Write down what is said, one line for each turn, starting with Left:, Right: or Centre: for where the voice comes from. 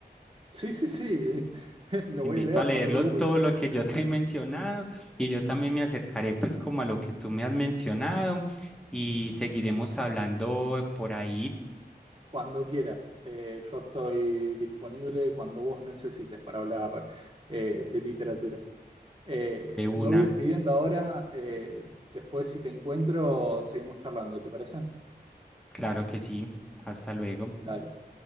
Right: Sí, sí, sí. <laughs> Lo
Centre: Te
Right: voy
Centre: invito
Right: a leer,
Centre: a leerlos
Right: no te preocupes.
Centre: todo lo que yo te he mencionado y yo también me acercaré pues como a lo que tú me has mencionado y seguiremos hablando por ahí
Right: Cuando quieras. Eh, yo estoy disponible cuando vos necesites para hablar eh, de literatura. Eh,
Centre: de una.
Right: me voy despidiendo ahora. eh, después, si te encuentro, seguimos charlando, ¿te parece?
Centre: Claro que sí. Hasta luego.
Right: Dale.